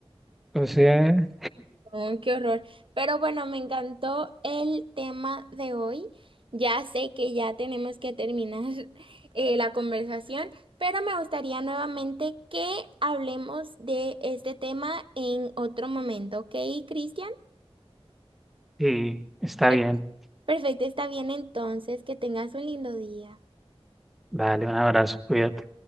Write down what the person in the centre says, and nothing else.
O sea,
sí, está
bien.
Dale un abrazo, cuídate.